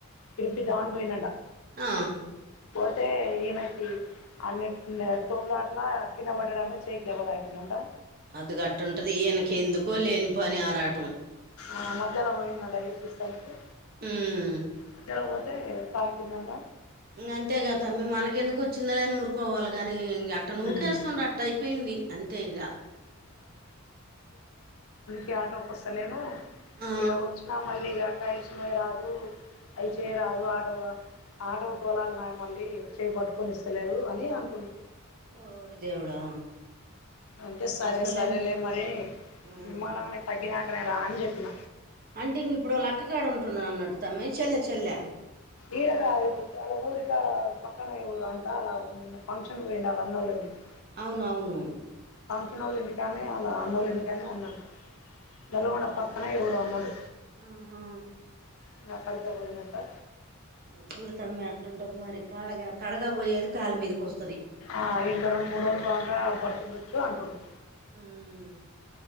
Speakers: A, on the left; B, on the right.
A: ఇడిపిదం అని పోయిండు అంటా
B: ఆ
A: పోతే ఈయనకి ఆయన ఇట్లనే తోపులాటల కింద పడ్డాడు అంటా చేయి కి దెబ్బ తాకింది అంటా
B: అది గట్టుంటది ఈయనకి ఎందుకో లేని పని ఆరాటం
A: ఆ మధ్యలో పోయిండు అంటా విడిపించేందుకు
B: ఉమ్
A: మధ్యలో పోతే తే తాకిందింట
B: ఇంగ అంతే గదా తమ్మీ మనకెందుకు వచ్చిందిలే అని ఊరుకోవాలి గాని ఇగ అట్ట
A: ఆ
B: నూకేస్తున్నట్టు అయిపోయింది అంతే ఇగ
A: ఈ ఆటోకి వస్తలేను
B: ఆ
A: ఇగ వచ్చినా మళ్ళీ ఇగా రైస్ మోయరాదు అవి చేయరాదు ఆటోల ఆటో తొలన్నాయే మళ్ళీ చేయి పట్టుకొని ఇస్తలేదు అని అంటుండు
B: ఓరి దేవుడా
A: అంటే సరే
B: అసలే
A: సరేలే మరి
B: ఉమ్
A: నిమ్మళంగానే తగ్గినాకనే రా అని చెప్పిన
B: అంటే ఇంగ ఇప్పుడు వాళ్ళ అక్క కాడ ఉంటున్నట్న తమ్మీ చెల్లె చెల్ల
A: ఈడ కాదు ఇప్పుడు ఊరికి కాడ పక్కన ఊరు అంట అలా నిన్న ఫంక్షన్కి పోయిండు అంటా వాళ్ల అన్నోళ్ళు ఇంటికీ
B: అవును అవును
A: పిన్నోలు ఇంటికనే వాళ్ళ అన్నోళ్ళ ఇంటికానే ఉన్నాడంట నల్గొండ
B: ఆహా
A: పక్కన ఏ ఊరో అన్నడు
B: ఆహా
A: ఇంగ అక్కడికే పోయిండు అంటా
B: అదూడు తమ్మీ అటుంటది మరి కడగా కడగా పోయేది కాలి మీదకి వస్తది
A: ఆ ఇంకా రెండు మూడు రోజులు కాగా బడతుండొచ్చు అంటుండు
B: మ్